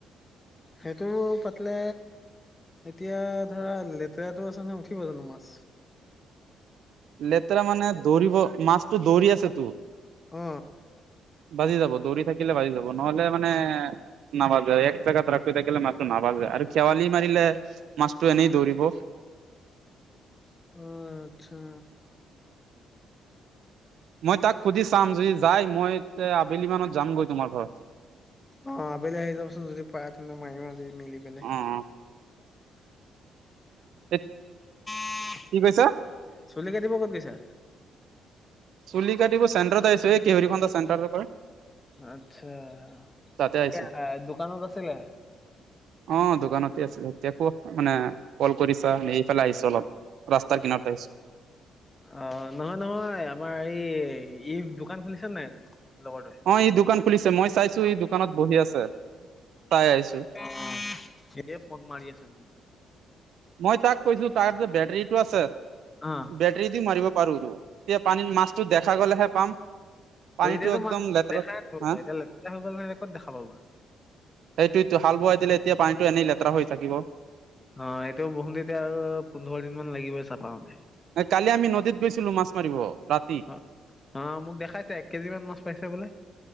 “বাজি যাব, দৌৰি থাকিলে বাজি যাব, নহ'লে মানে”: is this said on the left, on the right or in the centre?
Right